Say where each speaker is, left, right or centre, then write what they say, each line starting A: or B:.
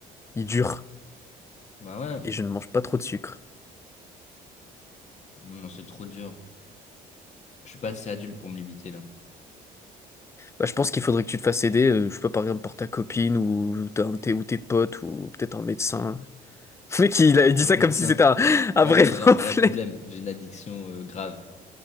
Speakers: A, on the left; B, on the left.
A: il dure
B: Bah ouais.
A: et je ne mange pas trop de sucre.
B: Mmh, Non, c'est trop dur. Je suis pas assez adulte pour me limiter là.
A: Bah, je pense qu'il faudrait que tu te fasses aider, euh, je sais pas, par exemple, par ta copine ou, t'as un de tes, ou tes potes ou peut-être un médecin. <laughs> Le mec, il, a- il dit
B: Un
A: ça
B: médecin.
A: comme si c'était un, un
B: Ah
A: vrai
B: ouais,
A: <laughs> problème.
B: j'ai un vrai problème. J'ai une addiction euh, grave.